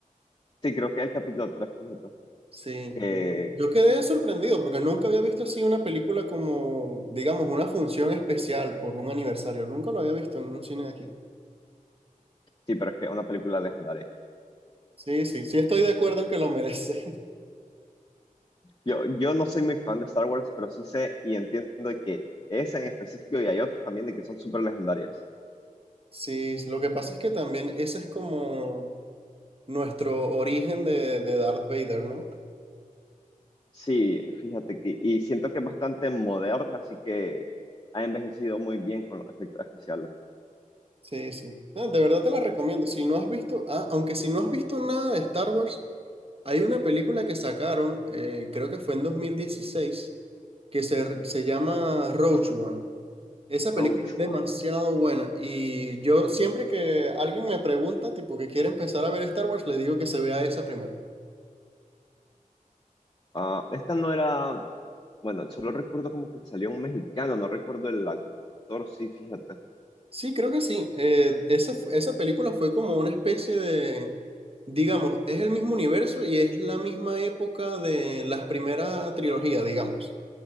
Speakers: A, on the left; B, on the right.
A: sí, creo que es el capítulo tres fíjate.
B: Sí,
A: Que,
B: yo quedé sorprendido porque nunca había visto así una película como, digamos, una función especial por un aniversario. Nunca lo había visto en un cine de aquí.
A: sí, pero es que es una película legendaria.
B: Sí, sí, sí, estoy de acuerdo en que lo merece.
A: Yo, yo no soy muy fan de Star Wars, pero sí sé y entiendo que esa en específico y hay otras también de que son súper legendarias.
B: Sí, lo que pasa es que también ese es como nuestro origen de, de Darth Vader, ¿no?
A: Sí, fíjate que, y siento que es bastante moderna, así que ha envejecido muy bien con los efectos especiales.
B: Sí, sí. No, de verdad te la recomiendo. Si no has visto, ah, aunque si no has visto nada de Star Wars, hay una película que sacaron, eh, creo que fue en 2016, que se, se llama Rogue One. Esa película
A: Roachbone.
B: es demasiado buena y yo siempre que alguien me pregunta, tipo que quiere empezar a ver Star Wars, le digo que se vea esa primero.
A: Ah, esta no era, bueno, solo recuerdo como que salió un mexicano, no recuerdo el actor, sí, fíjate.
B: Sí, creo que sí. Eh, esa, fu- esa película fue como una especie de, digamos, es el mismo universo y es la misma época de las primeras trilogías, digamos.